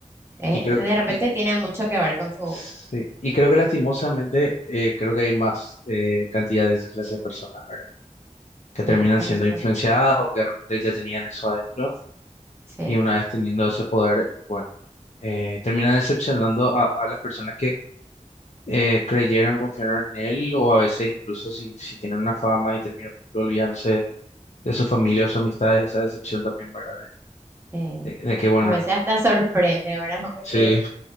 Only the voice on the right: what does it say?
Eh,
de repente
tiene mucho que ver con su...
Sí,
que
no se
conoce.
Sí.
eh,
a veces hasta sorprende, ¿verdad? <laughs> Porque